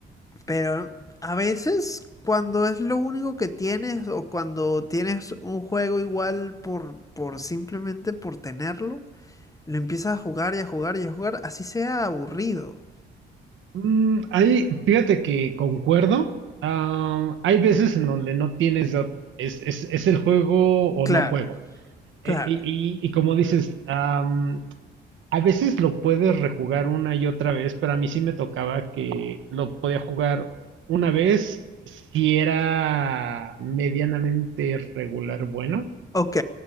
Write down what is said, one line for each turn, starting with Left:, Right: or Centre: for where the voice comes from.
Left: pero a veces cuando es lo único que tienes o cuando tienes un juego igual por, por simplemente por tenerlo, lo empiezas a jugar y a jugar y a jugar, así sea aburrido.
Right: Mm, ahí, fíjate que concuerdo. Ah, hay veces en donde no tienes de otra. Es, es, es el juego o
Left: Claro,
Right: no juego.
Left: claro.
Right: Eh, y, y- y como dices, am, a veces lo puedes rejugar una y otra vez, pero a mí sí me tocaba que lo podía jugar una vez si era medianamente regular bueno,
Left: Ok,